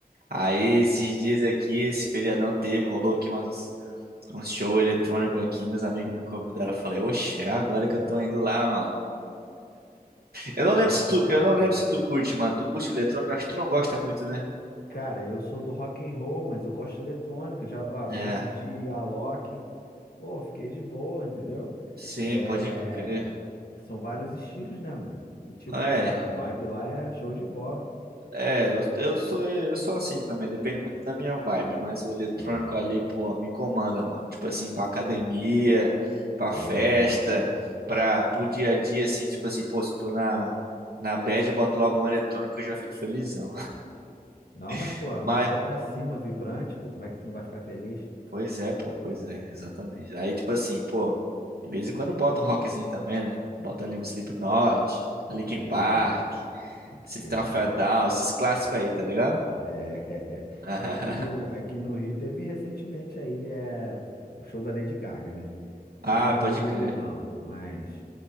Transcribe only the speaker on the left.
Caraca.
Cara, eu sou do rock and roll, mas eu gosto de eletrônica. Eu já, ó,
eu já curti Alok. Pô, fiquei de boa, entendeu?
É,
são vários estilos, né, mano? E, Tipo,
a vibe lá é show de bola.
É.
É.
Não, mas,
pô, a música é pra cima, vibrante, pô. Como é que tu não vai ficar feliz?
Tem
que ter,
né, mano? Tem que
ter, né,
mano?
<laughs>
É.
Aqui no, aqui no Rio teve recentemente aí é, o show da Lady Gaga, né?
Eu não,
não ligo,
não, mas